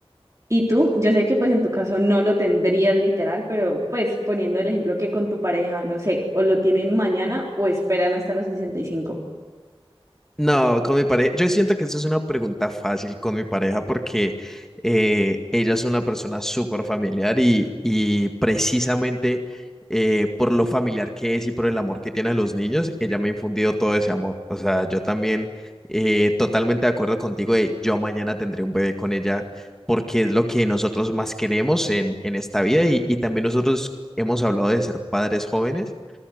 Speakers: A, on the right; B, in the centre.
A: Y tú, yo sé que pues en tu caso no lo tendrías literal, pero pues poniendo el ejemplo que con tu pareja, no sé, o lo tienen mañana o esperan hasta los sesenta y cinco
B: No, con mi pareja, yo siento que eso es una pregunta fácil con mi pareja porque eh, ella es una persona súper familiar y, y precisamente eh, por lo familiar que es y por el amor que tiene a los niños, ella me ha infundido todo ese amor. O sea, yo también eh, totalmente de acuerdo contigo de yo mañana tendré un bebé con ella porque es lo que nosotros más queremos en, en esta vida y, y también nosotros hemos hablado de ser padres jóvenes.